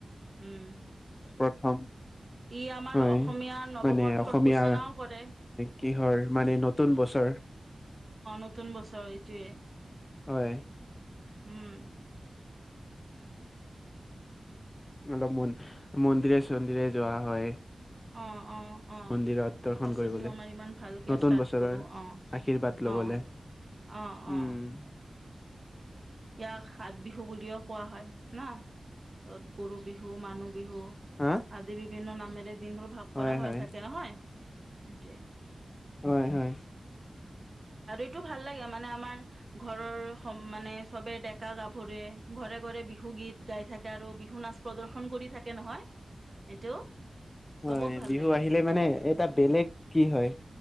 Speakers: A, on the right; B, on the left.
A: উম,
B: প্ৰথম
A: ই আমাৰ
B: হয়
A: অসমীয়া নৱবৰ্ষৰ
B: মানে অসমীয়া
A: সূচনাও কৰে। অ',
B: কিহৰ মানে নতুন বছৰ
A: নতুন বছৰ এইটোয়ে।
B: হয়,
A: উম,
B: অলপ মন মন্দিৰে চন্দিৰে যোৱা হয়।
A: অ অ অ
B: মন্দিৰত দৰ্শন
A: বছৰটো
B: কৰিবলৈ
A: আমাৰ ইমান ভালকে
B: নতুন
A: ষ্টাৰ্ট
B: বছৰৰ
A: কৰো অ
B: আশীৰ্বাদ। লবলে
A: অ অ', অ'।
B: উম
A: ইয়াক সাত বিহু বুলিও কোৱা হয় নাত গৰু। বিহু মানুহ বিহু
B: হা
A: আদি বিভিন্ন নামেৰে দিনবোৰ ভাগ
B: হয়
A: কৰা হৈ
B: হয়
A: থাকে নহয়। সেইটোৱে
B: হয় হয়।
A: <inaudible> আৰু এইটো ভাল লাগে মানে আমাৰ ঘৰৰ মানে চবে ডেকা গাভৰুৱে ঘৰে ঘৰে বিহু গীত গাই থাকে আৰু বিহু নাচ প্ৰদৰ্শন কৰি থাকে নহয় এইটো।
B: হয়,
A: চবত ভাল
B: বিহু
A: লাগে
B: আহিলে মানে এটা বেলেগ কি হয়